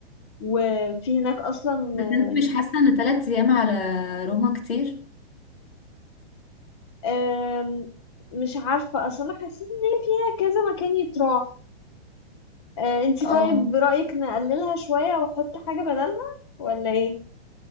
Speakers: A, on the left; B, on the left.
A: وفي هناك أصلا
B: بس انت
A: آم،
B: مش حاسة ان ثلاث ايام على روما كتير
A: آم، مش عارفة أصلا أنا حسيت إن هي فيها كذا مكان يتراح آه، انتي
B: اه
A: طيب رأيك نقللها شوية واحط حاجة بدلها ولا ايه